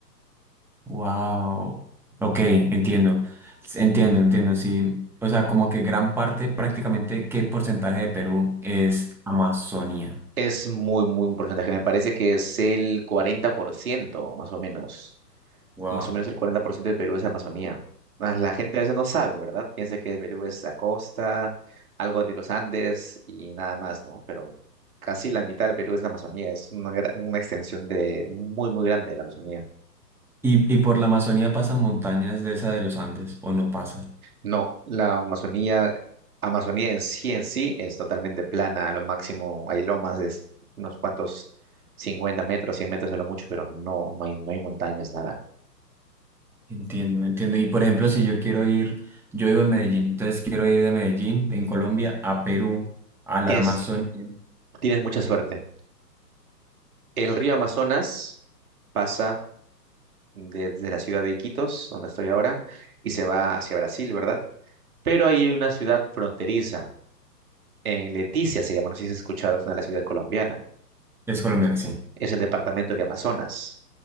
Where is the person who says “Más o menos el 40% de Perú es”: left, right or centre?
Right